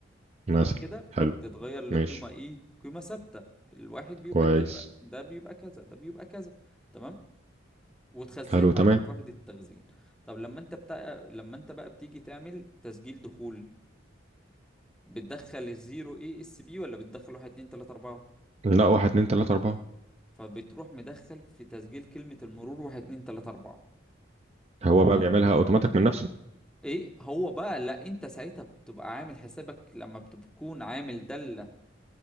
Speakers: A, on the right; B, in the centre.
A: مثلا
B: تمام كده
A: حلو
B: فبتتغير لقيمة
A: ماشي
B: ايه قيمة ثابتة الواحد بيبقى
A: كويس
B: كذا ده بيبقى كذا ده بيبقى كذا تمام واتخزنت
A: حلو تمام
B: عندك في وحدة التخزين طب لما انت بتاع لما انت بقى بتيجي تعمل تسجيل دخول بتدخل الزيرو ايه اس بي ولا بتدخل واحد اتنين تلاتة اربعة
A: لا واحد اتنين تلاتة أربعة
B: فبتروح مدخل في تسجيل كلمة المرور واحد اتنين تلاتة اربعة
A: هو
B: تمام
A: بقى بيعملها اوتوماتيك من نفسه
B: ايه هو بقى لا انت ساعتها بتبقى عامل حسابك لما بتكون عامل دالة